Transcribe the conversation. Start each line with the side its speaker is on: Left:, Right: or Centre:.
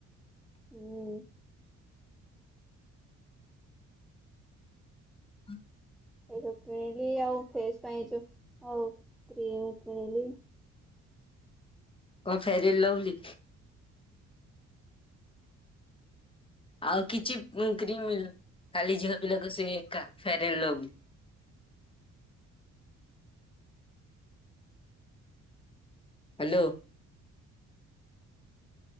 Centre: ହୁଁ।
Left: ହୁଁତୁ
Centre: ଏଇ ସବୁ କିଣିଲି, ଆଉ ଫେସ ପାଇଁ ଯଉ ଆଉ କ୍ରିମ କିଣିଲି।
Left: କହ ଫ୍ୟାରେଲ ଲଭଲି? ଆଉ କିଛି ଉଁ କ୍ରିମ ମିଲ୍, ଖାଲି ଝିଅ ପିଲାଙ୍କ ସେଇ ଏକା farewell lovely. Hello.